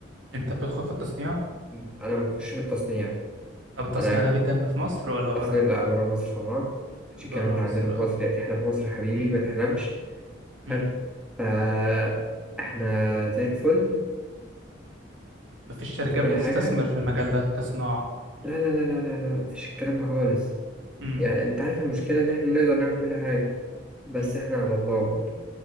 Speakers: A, on the right (about 85°); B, in the centre.
A: انت بتدخل في التصنيع
B: أنا بخش في التصنيع
A: طب التصنيع
B: أنا
A: ده بيتم في مصر ولا بره
B: التصنيع لأ برا مصر طبعا مفيش الكلام
A: بره
B: ده عندنا
A: مصر
B: في
A: اه
B: مصر احنا في مصر يا حبيبي
A: امم
B: ما تحلمش
A: امم
B: حلو فا احنا زي الفل
A: مفيش شركات
B: في كل
A: بتستثمر
B: حاجة
A: في المجال ده كصناعة
B: لا لا لا لا لا لا مفيش الكلام ده خالص
A: امم
B: يعني انت عارف المشكلة ان احنا نقدر نعمل كل حاجة بس
A: إمم.
B: احنا على الله برضه